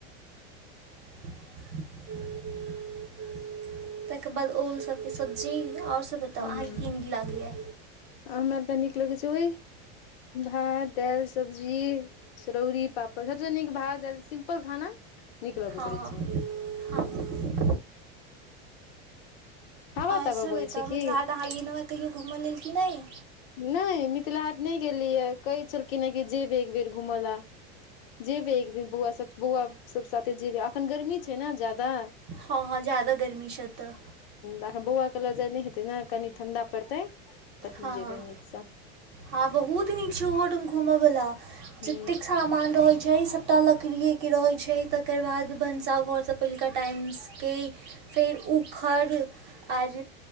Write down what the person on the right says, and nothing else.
<inaudible> तकर बाद ओलसभके सब्जी आओर सभ बताउ
अहाँके की नीक लागैया
हँ
हँ हँ
ओर
सभ
बताऊ
मिथिला हाट <inaudible> कहियो घूमय लेल कि नहि
हँ हँ ज्यादा गर्मी छै अतऽ
हँ
हँ
हँ बहुत नीक छै ओहो ठाम घूमे वलाा
जतेक सामान रहै छै सबटा लकड़ीे के रहै छै तकर बाद भनसा घर सब पहिलका टाइमसके फेर उखड़ आर